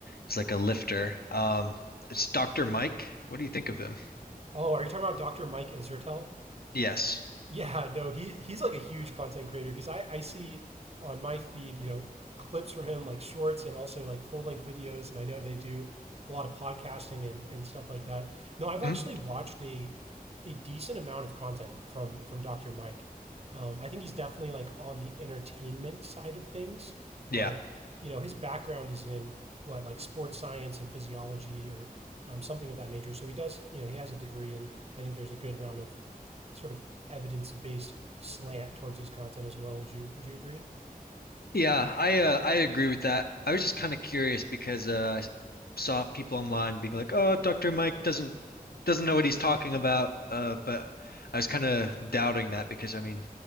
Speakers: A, on the left; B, on the right.
A: he's like a lifter. Um, it's Dr. Mike. What do you think of him?
B: Oh, are you talking about Dr. Mike Isertel?
A: Yes.
B: Yeah, no, he he's like a huge content creator because I I see on my feed, you know, clips from him like shorts and also like full length videos, and I know they do a lot of podcasting and and stuff like that. No, I've actually
A: Mhm.
B: watched a a decent amount of content from from Dr. Mike. Um, I think he's definitely like on the entertainment side of things,
A: Yeah.
B: but you know his background is in what like sports science and physiology or um, something of that nature. So he does, you know, he has a degree, and I think there's a good amount of sort of evidence based slant towards his content as well. Would you Would you agree?
A: Yeah, I uh, I agree with that. I was just kind of curious because uh, I saw people online being like, "Oh, Dr. Mike doesn't doesn't know what he's talking about." Uh, but I was kind of doubting that because I mean,